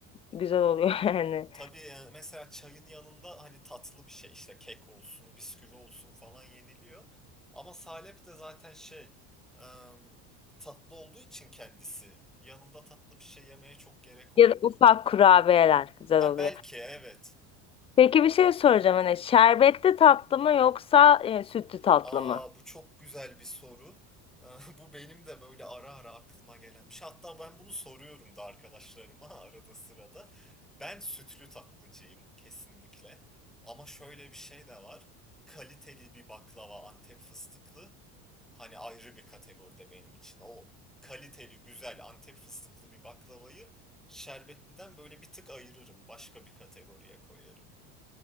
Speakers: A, on the left; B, in the centre.
A: güzel oluyor <laughs> yani.
B: Tabii e, mesela çayın yanında hani tatlı bir şey işte kek olsun bisküvi olsun falan yeniliyor. Ama salep de zaten şey e, tatlı olduğu için kendisi yanında tatlı bir şey yemeye çok gerek olmuyor.
A: Ya da ufak kurabiyeler güzel
B: Ha
A: oluyor.
B: belki evet.
A: Peki bir şey soracağım hani şerbetli tatlı mı yoksa e, sütlü tatlı
B: Aa
A: mı?
B: bu çok güzel bir soru. <laughs> Bu benim de böyle ara ara aklıma gelen bir şey. Hatta ben bunu soruyorum da arkadaşlarıma <laughs> arada sırada. Ben sütlü tatlıcıyım kesinlikle. Ama şöyle bir şey de var. Kaliteli bir baklava Antep fıstıklı hani ayrı bir kategoride benim için. O kaliteli güzel Antep fıstıklı bir baklavayı şerbetliden böyle bir tık ayırırım. Başka bir kategoriye koyarım.